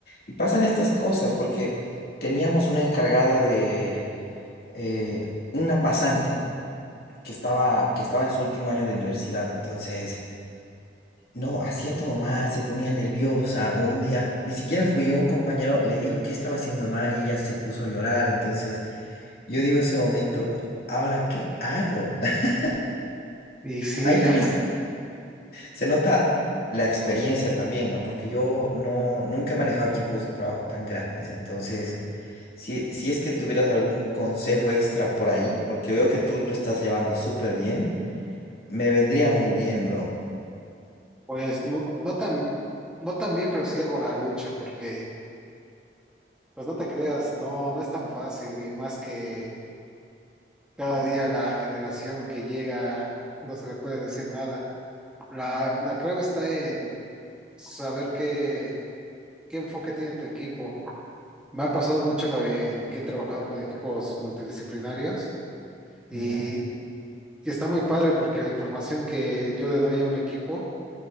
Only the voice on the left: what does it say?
y pasan estas cosas porque teníamos una encargada de eh, una pasante que estaba, que estaba en su último año de universidad, entonces no, hacía todo mal, se ponía nerviosa, un día ni siquiera fui yo, un compañero le dijo que estaba haciendo mal y ella se puso a llorar, entonces yo digo ese momento, ¿ahora qué hago? <laughs>
Ahí también
Se nota la experiencia también, ¿no? Porque yo no, nunca he manejado equipos de trabajo tan grandes. Entonces, si, si es que tuvieras algún consejo extra por ahí, porque veo que tú lo estás llevando súper bien, me vendría muy bien, bro.
Ya.